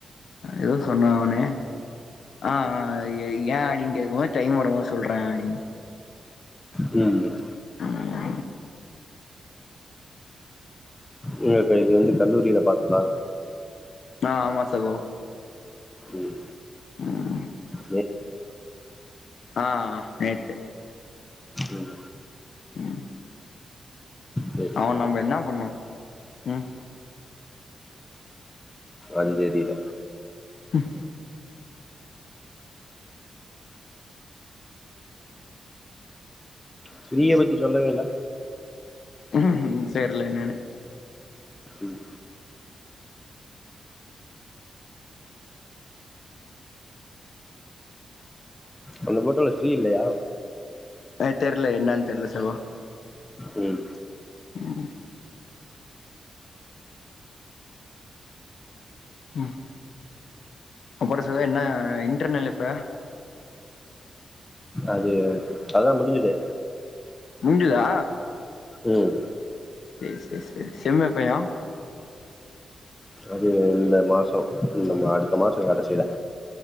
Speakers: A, on the left; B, on the left.
A: எதோ சொன்னானே ஆ ஆ ய் ஏ அப்டின் கேக்கும்போது டைம் வரும்போது சொல்றே அப்டின்
B: ம்
A: ஆமா
B: இன்னொருத்த இது வந்து கல்லூரியில பாத்துதா
A: ஆ ஆமா சகோ
B: ம்
A: ம்,
B: வே
A: ஆ நேத்து
B: ம்
A: ம்
B: சரி
A: அவன்
B: சரி
A: நம்ம என்ன பண்ணோ ம்
B: அந் தெரியல
A: ம்
B: ஃப்ரீய பத்தி சொல்லவே இல்ல
A: ம் ஹூம் ஹூம் தெர்ல என்னனு
B: ம் அந்த போட்டோல ஸ்ரீ இல்லையா
A: அது தெரில என்னான்னு தெரில சகோ
B: ம்
A: ம் ம் அப்புற சகோ என்ன இன்டர்னல் எப்ப
B: அது அதுதா முடிஞ்சுது
A: முடிஞ்சுதா
B: ம்
A: சேரி சேரி சேரி செம் எப்பயா
B: அது இந்த மாசோ இம்ம அடுத்த மாசோ கடைசியில